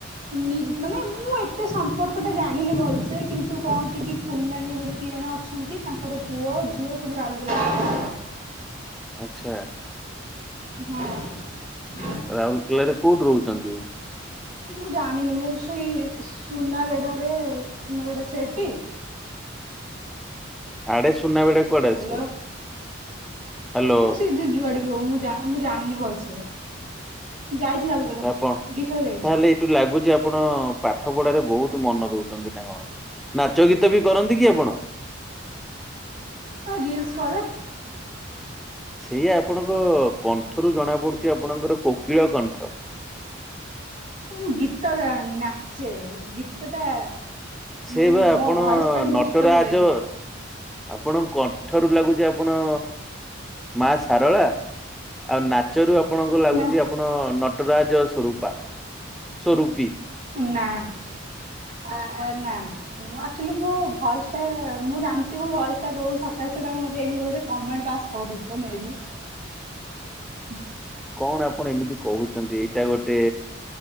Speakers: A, on the right; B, in the centre.
A: ନି ମାନେ ମୁଁ ଏତେ ସମ୍ପର୍କ ଟା ଜାଣିନି ଭଲସେ କିନ୍ତୁ କହନ୍ତି କି କୁନ ନାନୀ ବୋଲି କିଏ ଜଣେ ଅଛନ୍ତି। ତାଙ୍କର ପୁଅ ଝିଅ ସବୁ ରାଉଲକେଲା
B: ଆଚ୍ଛା।
A: ହଁ।
B: ରାଉରକେଲାରେ କୋଉଠୁ ରହୁଚନ୍ତି?
A: ମୁଁ ଜାଣିନି ମୁଁ ସେଇ ସୁନାବେଢାରେ, ସୁନାବେଢା ସେଇଟି
B: ଆଡେ ସୁନାବେଡା କୁଆଡେ ଆସିବ
A: ହାଲୋ
B: ହ୍ୟାଲୋ
A: ମୁଁ ସେ ଯୁଆଡେ ବି ହଉ ମୁଁ ଜା ମୁଁ ଜାଣିନି ଭଲସେ। ଯାଇଚି ରାଉଲକେଡା
B: ଆପଣ
A: ଥ ଦିଥର ଯାଇଛି।
B: ତାହେଲେ ଏଇଠୁ ଲାଗୁଛି ଆପଣ ପାଠ ପଢାରେ ବହୁତ ମନ ଦଉ ଚନ୍ତି ନା କଣ ନାଚ ଗୀତ ବି କରନ୍ତି କି ଆପଣ?
A: ହଁ ରିଲସ କରେ।
B: ସେଇ ଆପଣଙ୍କ କଣ୍ଠରୁ ଜଣା ପଡୁ ଆପଣଙ୍କର କୋକିଳ କଣ୍ଠ।
A: ହେ ମୁଁ ଗୀତ ଗାଏନି। ନାଚେ। ଗୀତ ଟା
B: ସେଇ
A: ମୁଁ
B: ବା ଆପଣ
A: ମୋ ଭଏସ ପାଇଁ ମୁଁ
B: ନଟରାଜ।
A: ଗୀତ ବୋଲେନି
B: ଆପଣ କଣ୍ଠ ରୁ ଲାଗୁଚି ଆପଣ ମା ସାରଳା। ଆଉ ନାଚରୁ ଆପଣଙ୍କୁ ଲାଗୁଚି
A: ନା
B: ଆପଣ ନଟରାଜ ସ୍ୱରୂପା। ସ୍ଵରୂପୀ।
A: ନା। ଆ, ଆ, ନା ନା ମୁଁ ଆକ୍ଚୁଲି ମୋ ଭଏସ୍ ଟା ମୁଁ ଜାଣିଚି ମୋ ଭଏସ୍ ଟା କୋଉ ସକାସେ ତୋମ ମୋତେ ଏମିତି ବୋଧେ କମେଣ୍ଟ ପାସ କରୁଛ ମେ ବି।
B: ହ <inaudible>
A: ହ <inaudible>
B: କଣ ଆପଣ ଏମିତି କହୁଚନ୍ତି ଏଇଟା ଗୋଟେ